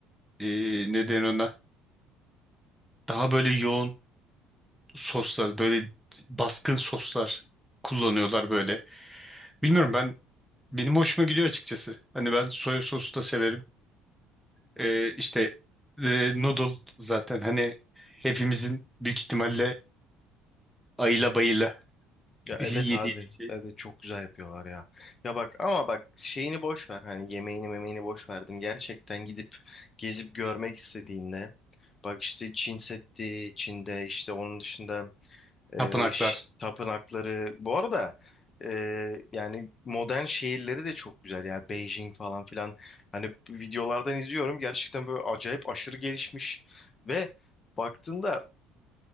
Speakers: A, in the centre; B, on the left.
A: ee, ne der ona? Daha böyle yoğun. soslar böyle baskın soslar kullanıyorlar böyle. Bilmiyorum ben benim hoşuma gidiyor açıkçası. Hani ben soya sosu da severim. Ee, işte e, noodle zaten hani hepimizin büyük ihtimalle ayıla bayıla <laughs>
B: Ya
A: yediği
B: evet abi.
A: bir şey.
B: Evet çok güzel yapıyorlar ya. Ya bak ama bak şeyini boş ver. Hani yemeğini memeğini boş verdim. Gerçekten gidip gezip görmek istediğinde bak işte Çin Seddi, Çin'de işte onun dışında e,
A: Tapınaklar.
B: ş- tapınakları. Bu arada e, yani modern şehirleri de çok güzel Yani Beijing falan filan. Hani videolardan izliyorum. Gerçekten böyle acayip aşırı gelişmiş ve baktığında